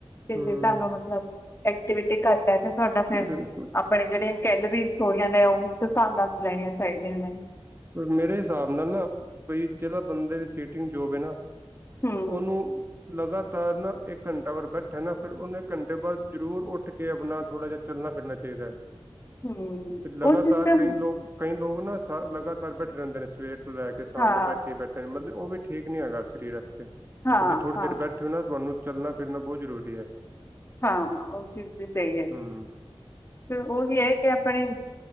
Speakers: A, on the left; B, on the right.
A: ਤੇ
B: ਹੂੰ
A: ਜੇ ਤੁਆਨੂੰ ਮਤਲਬ ਐਕਟੀਵਿਟੀ ਘੱਟ ਐ ਤੇ ਤੁਆਡਾ ਫੇਰ
B: ਬਿਲਕੁਲ
A: ਆਪਨੇ ਜੇੜੇ ਗੈਲਰੀਜ਼ ਥੋੜੀਆਂ ਨੇ ਓਸ ਹਿਸਾਬ ਨਾਲ ਲੈਨੀਆਂ ਚਾਈਦੀਆਂ ਨੇ।
B: ਮੇਰੇ ਹਿਸਾਬ ਨਾਲ ਨਾ ਬਈ ਜੈੜਾ ਬੰਦੇ ਦੀ ਸੀਟਿੰਗ ਜੋਬ ਐ ਨਾ
A: ਹੂੰ,
B: ਓਨੂੰ ਲਗਾਤਾਰ ਨਾ ਇੱਕ ਘੰਟਾ ਅਗਰ ਬੈਠਾ ਨਾ ਫੇਰ ਓਨੇ ਘੰਟੇ ਬਾਦ ਜ਼ਰੂਰ ਓਠ ਕੇ ਆਪਨਾ ਥੋੜਾ ਜਾ ਚੱਲਨਾ ਫਿਰਨਾ ਚਾਈਦਾ ਐ,
A: ਹੂੰ
B: ਫਿਰ ਲਗਾਤਾਰ
A: ਉਹ ਚੀਜ਼ ਤਾਂ
B: ਕਈ ਲੋਕ ਕਈ ਲੋਕ ਨਾ ਸਰ ਲਗਾਤਾਰ ਬੈਠੇ ਰੈਂਦੇ ਨੇ ਸਵੇਰ ਤੋਂ ਲੈ ਕੇ ਸ਼ਾਮ
A: ਹਾਂ,
B: ਤੋਂ ਬੈਠੇ-ਬੈਠੇ ਮਤਲਬ ਓ ਵੀ ਠੀਕ ਨੀ ਹੈਗਾ ਸਰੀਰ ਆਸਤੇ
A: ਹਾਂ,
B: ਤੁਸੀਂ ਥੋੜੀ
A: ਹਾਂ,
B: ਦੇਰ ਬੈਠ ਕਿਓ ਨਾ ਤੁਆਨੂੰ ਚੱਲਨਾ ਫਿਰਨਾ ਬੋਤ ਜ਼ਰੂਰੀ ਐ।
A: ਹਾਂ, ਉਹ ਚੀਜ਼ ਵੀ ਸਈ ਐ,
B: ਹੂੰ।
A: ਫੇਰ ਉਹ ਵੀ ਐ ਕਿ ਆਪਣੇ